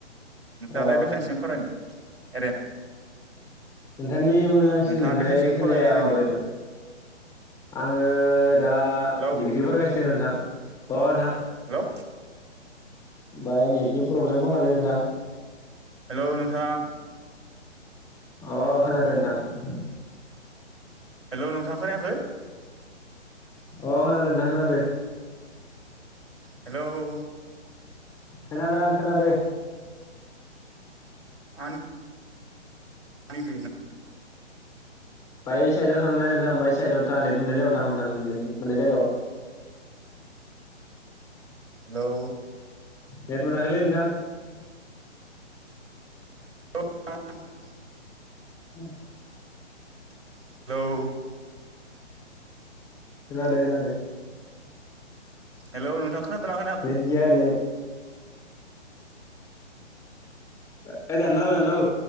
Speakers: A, on the right; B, in the centre.
A: नोंथाङालाय
B: अ
A: बेसेबांसिम फरायनाय? ओरैनो
B: नोंथांनि मोजांसिन
A: नोंथाङा
B: मोननाय
A: बेसेबांसिम
B: खेलाया
A: फरायो ओरैनो
B: माबेयामोन? आङो दा
A: हेलौ
B: डिग्रि फरायगासिनो नोंथां अ नोंथां
A: हेल'
B: बाय नेटनि प्रब्लेम खोमालै नोंथां
A: हेल' नोंथां
B: अ खोनादों नोंथां
A: हेल' नोंथा खोनायाखै? <inaudible> <inaudible>
B: अ खोनादों नोंथां खोनादों
A: हेलौ
B: खनाादों आं खनादो
A: आंनि <inaudible>
B: बाय साइडआव थां नोंथां बाय साइडआव था नेट मोननाय जायाव थां नोंथां नेट मोननाय जायगायाव
A: हेलौ
B: नेट मोनाखैलै नोंथां
A: <inaudible>
B: <inaudible>
A: हेलौ
B: खनादों- खोनादों
A: हेल' नोंथां खोनादोना खोना या
B: नेट गैया नेट ओइ दानना हो दानना हो